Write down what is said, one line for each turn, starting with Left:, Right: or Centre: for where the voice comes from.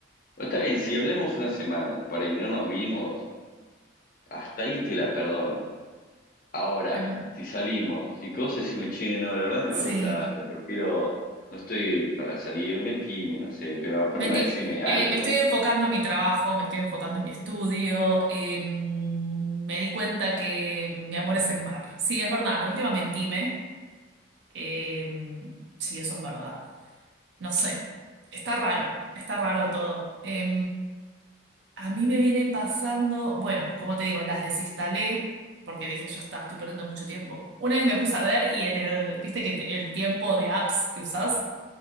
Left: Bueno, Está bien, si hablamos una semana para que no nos vimos, hasta ahí te la perdono. Ahora,
Right: pero
Left: si salimos y cosas y me che, no, la verdad no
Right: sí.
Left: me gusta esto, prefiero, no estoy para salir, mentime, no sé, pero a prueba
Right: Mentí.
Left: decime
Right: Eh,
Left: algo.
Right: me estoy enfocando en mi trabajo, me estoy enfocando en mi estudio. em, me di cuenta que mi amor es el mar. Sí, es verdad, de última mentime. Eh, sí, eso es verdad. No sé, está raro, está raro todo. Eh, a mí me viene pasando, bueno, como te digo, las desinstalé porque dije, ya está, estoy perdiendo mucho tiempo. Una vez me puse a ver y en el, viste que te- el tiempo de apps que usás,